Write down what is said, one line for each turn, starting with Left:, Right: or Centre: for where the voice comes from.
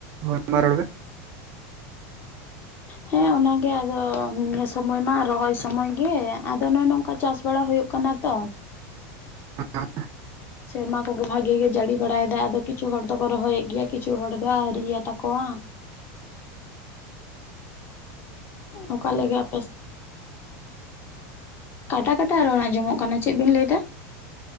Right: ᱦᱚᱲᱢᱟ ᱨᱚᱲ
Left: ᱦᱮᱸ ᱚᱱᱟᱜᱮ ᱟᱫᱚ ᱱᱤᱭᱟᱹ ᱥᱚᱢᱚᱭ ᱢᱟ ᱨᱚᱦᱚᱭ ᱥᱚᱢᱚᱭ ᱜᱮ ᱟᱫᱚ ᱱᱚᱜᱼᱚᱭ ᱱᱚᱝᱠᱟ ᱪᱟᱥ ᱵᱟᱲᱟ ᱦᱳᱭᱳᱜ ᱠᱟᱱᱟ ᱛᱚ
Right: ᱦᱮᱸ <inaudible>
Left: ᱥᱮᱨᱢᱟ ᱠᱚ ᱵᱷᱟᱹᱜᱮ ᱜᱮ ᱡᱟᱹᱲᱤ ᱵᱟᱲᱟᱭᱮᱫᱟᱭ ᱟᱫᱚ ᱠᱤᱪᱷᱩ ᱦᱚᱲ ᱫᱚᱠᱚ ᱨᱚᱦᱚᱭᱮᱫ ᱜᱮᱭᱟ ᱠᱤᱪᱷᱩ ᱦᱚᱲ ᱫᱚ ᱟᱹᱣᱨᱤᱭᱟ ᱛᱟᱠᱚᱣᱟ <inaudible> ᱚᱠᱟ ᱞᱮᱠᱟ ᱟᱯᱮ ᱥᱮᱫ? ᱠᱟᱴᱟᱠᱟᱴᱟ ᱨᱚᱲ ᱟᱹᱡᱚᱢᱚᱜ ᱠᱟᱱᱟ ᱪᱮᱫ ᱵᱤᱱ ᱞᱟᱹᱭ ᱮᱫᱟ